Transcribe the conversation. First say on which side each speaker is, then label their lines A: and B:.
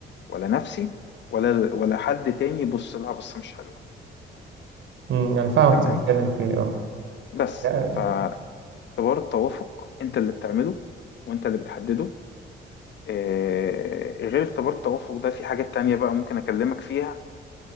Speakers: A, on the left; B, on the right.
A: ولا نفسي ولا ولا حد تاني يبص لها بصة مش حلوة
B: امم انا فاهم
A: تمام
B: كنت بتتكلم في ايه اه
A: بس
B: لا،
A: فاختبار التوافق انت اللي بتعمله وانت اللي بتحدده آه، غير اختبار التوافق ده في حاجات تانية بقى ممكن اكلمك فيها